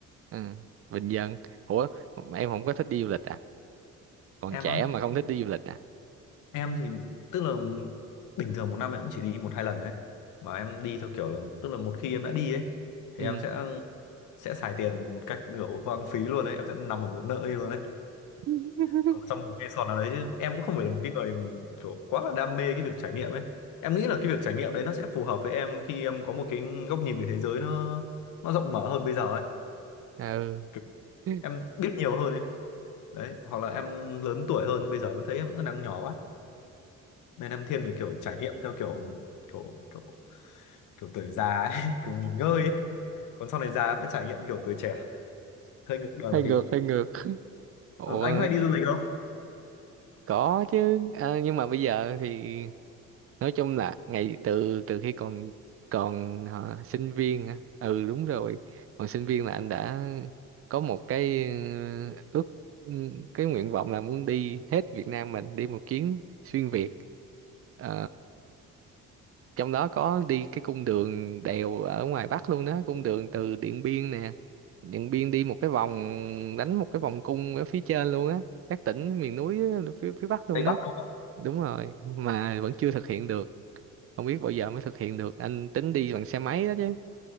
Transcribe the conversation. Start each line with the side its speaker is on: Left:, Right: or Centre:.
Right: ừ. bình dân ủa em không có thích đi du lịch à còn
Left: em
Right: trẻ
Left: á
Right: mà không thích đi du lịch à
Left: em thì tức là bình thường một năm em cũng chỉ đi một hai lần đấy mà em đi theo kiểu là tức là một khi em đã đi ấy thì
Right: ừ
Left: em sẽ sẽ xài tiền một cách kiểu hoang phí luôn đấy em sẽ nằm ở một nơi luôn đấy
Right: <laughs>
Left: ở trong một resort nào đấy chứ em cũng không phải là một cái người kiểu quá là đam mê cái việc trải nghiệm ấy em nghĩ là cái việc trải nghiệm đấy nó sẽ phù hợp với em khi em có một cái góc nhìn về thế giới nó nó rộng mở hơn bây giờ ấy
Right: ừ
Left: Kiểu
Right: <laughs>
Left: em biết nhiều hơn ấy đấy hoặc là em lớn tuổi hơn bây giờ em thấy em vẫn đang nhỏ quá nên em thiên về kiểu trải nghiệm theo kiểu kiểu kiểu kiểu tuổi già ấy, <laughs> kiểu nghỉ ngơi ấy. còn sau này già mới trải nghiệm kiểu tuổi trẻ hơi ngược đời
Right: hơi
Left: một
Right: ngược
Left: tí
Right: hơi ngược Ủa,
Left: Ờ, anh hay đi du lịch không
Right: có chứ à, nhưng mà bây giờ thì nói chung là ngày từ từ khi còn còn hả, sinh viên hả? ừ đúng rồi còn sinh viên là anh đã có một cái ừ, ước ừ, cái nguyện vọng là muốn đi hết Việt Nam mình đi một chuyến xuyên Việt Ờ, trong đó có đi cái cung đường đèo ở ngoài Bắc luôn đó cung đường từ Điện Biên nè Điện Biên đi một cái vòng đánh một cái vòng cung ở phía trên luôn á các tỉnh miền núi á, phía phía Bắc luôn
Left: Tây
Right: đó
Left: Bắc đúng không
Right: đúng rồi mà vẫn chưa thực hiện được không biết bao giờ mới thực hiện được anh tính đi bằng xe máy đó chứ